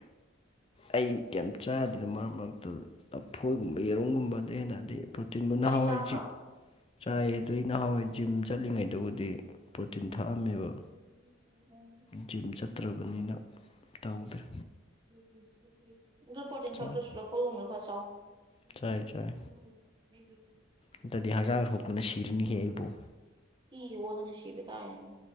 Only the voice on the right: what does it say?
ꯑꯗꯨꯗꯤ
ꯆꯥꯗ꯭ꯔꯣ
ꯎ ꯎ ꯎꯝ
<unintelligible> ꯑꯗꯨ ꯄꯣꯔꯇꯤꯟ
ꯊꯛꯇ꯭ꯔꯁꯨ ꯂꯥꯐꯣꯏꯒꯨꯝꯕ ꯈꯔ ꯆꯥꯎ <unintelligible>
<unintelligible> ꯏ ꯑꯣꯗꯅ ꯁꯤꯕ ꯇꯥꯔꯦꯅꯦ